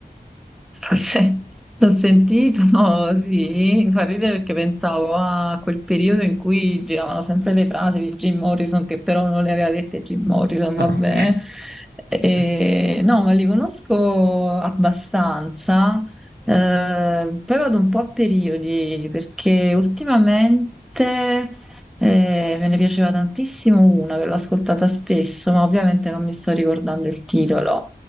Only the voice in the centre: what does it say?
Sì, l'ho sentito, no, sì, mi fa ridere perché pensavo a quel periodo in cui giravano sempre le frasi di Jim Morrison, che però non le aveva dette Jim Morrison,
vabbè.
E,
no, ma li conosco abbastanza, eh, però ad un po' a periodi, perché ultimamente eh, me ne piaceva tantissimo una che l'ho ascoltata spesso, ma ovviamente non mi sto ricordando il titolo.